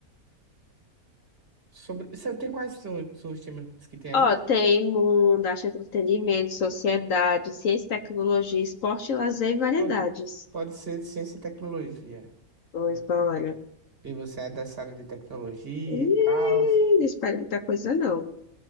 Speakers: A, on the right; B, on the left.
A: Sobre. Você tem quais são, são os temas que tem
B: Ó,
A: ainda?
B: tem mundo, arte, entretenimento, sociedade, ciência, tecnologia, esporte, lazer e variedades.
A: Pronto, pode ser de ciência e tecnologia.
B: Pois, bora.
A: E você é dessa área de tecnologia
B: Ih,
A: e tal.
B: não espero muita coisa, não.